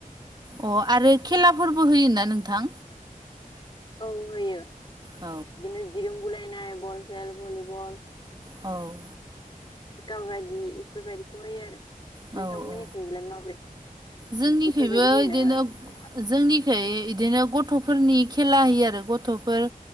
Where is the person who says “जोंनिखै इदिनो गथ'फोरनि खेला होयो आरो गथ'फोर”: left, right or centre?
Right